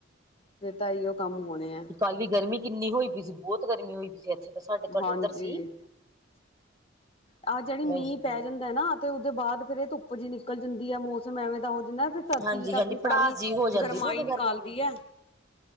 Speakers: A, on the left; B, on the right.
A: ਫੇਰ ਤਾਂ, ਅਹੀਓ ਕੰਮ ਹੋਣੇ ਆ।
B: ਕੱਲ ਵੀ ਗਰਮੀ ਕਿੰਨੀ ਹੋਈ ਪਈ ਸੀ, ਬਹੁਤ ਗਰਮੀ ਹੋਈ ਪਈ ਸੀ। ਇੱਥੇ ਤਾਂਸਾਡੇ ਤੁਹਾਡੇ
A: ਹਾਂਜੀ
B: ਉੱਧਰ ਸੀ?
A: ਆਹ ਜਿਹੜੀ ਮੀਂਹ
B: ਬਸ
A: ਪੈ
B: ਜੀ
A: ਜਾਂਦਾ ਨਾ, ਤੇ ਉਹਦੇ ਬਾਅਦ ਫੇਰ ਇਹ ਧੁੱਪ ਜਿਹੀ ਨਿਕਲ ਜਾਂਦੀ ਆ। ਮੌਸਮ ਐਵੇਂ ਤਾਂ ਹੋ, ਜਾਂਦਾ ਫਿਰ ਵੀ,
B: ਹਾਂਜੀ
A: ਤੁਸੀਂ ਆਪਣੀ
B: ਹਾਂਜੀ
A: ਸਾਰੀ
B: ਪੜਾਸ ਜੀ ਹੋ ਜਾਂਦੀ
A: ਗਰਮਾਈ
B: ਨਾ ਉਹਦੇ
A: ਨਿਕਾਲਦੀ
B: ਕਰਕੇ ਜੀ
A: ਹੈ।